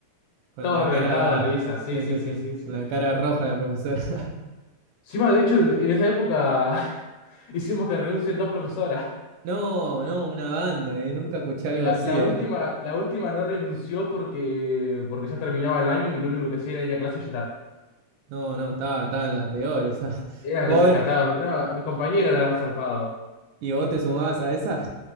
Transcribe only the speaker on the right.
Con
la
cara.
Sí,
sí,
sí.
Con la cara roja la profesora. <laughs>
No, no, una banda, ¿eh? Nunca escuché algo
así,
¿eh?
No, no, estaba, estaba en la peor esa. <laughs>
Pobre.
¿Y vos te sumabas a esa?